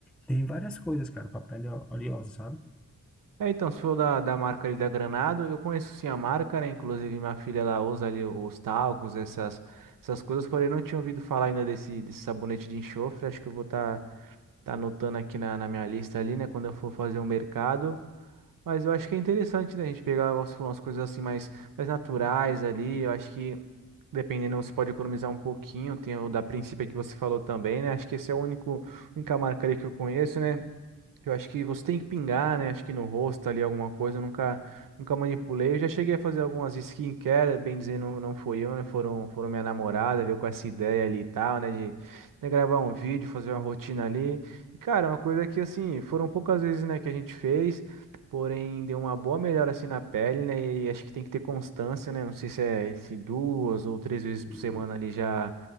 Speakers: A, in the centre; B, on the right (about 85°).
A: tem várias coisas, cara, pra pele o- oleosa, sabe?
B: É, então, se for da, da marca ali da Granado, eu conheço sim a marca, né? Inclusive minha filha ela usa ali os talcos, essas, essas coisas, porém não tinha ouvido falar ainda desse, desse sabonete de enxofre. Acho que eu vou estar tá, tá anotando aqui na, na minha lista ali, né? Quando eu for fazer o mercado. Mas eu acho que é interessante, né? A gente pegar, igual você falou, umas coisas assim mais, mais naturais ali. Eu acho que Dependendo, você pode economizar um pouquinho. Tem o da Princípio que você falou também, né? Acho que esse é o único, única marca ali que eu conheço, né? Eu acho que você tem que pingar, né? Acho que no rosto ali alguma coisa. Eu nunca, nunca manipulei. Eu já cheguei a fazer algumas skincare, bem dizendo, não não foi eu, né? Foram, foram minha namorada, veio com essa ideia ali e tal, né? De, de gravar um vídeo, fazer uma rotina ali. E, cara, é uma coisa que, assim, foram poucas vezes, né, que a gente fez, porém deu uma boa melhora, assim, na pele, né? E acho que tem que ter constância, né? Não sei se é se duas ou três vezes por
A: Sim,
B: semana ali já.